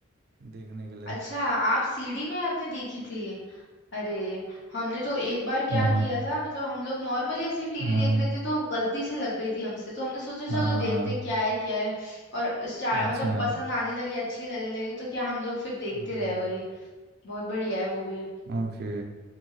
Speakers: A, on the right (about 50°); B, on the left (about 60°).
A: देखने के लिए
B: अच्छा आप सीडी में आपने देखी थी अरे हमने तो एक बार क्या
A: हाँ
B: किया था मतलब हम लोग नॉर्मली ऐसे टीवी
A: हाँ
B: देख रहे थे तो गलती से लग गई थी हमसे तो हमने सोचा चलो
A: हाँ
B: देखते क्या है क्या है और स्टार
A: अच्छा
B: मतलब पसंद आने लगी अच्छी लगने लगी तो क्या हम लोग फिर देखते
A: हम्म
B: रहे वही बहुत बढ़िया है वो भी
A: ओके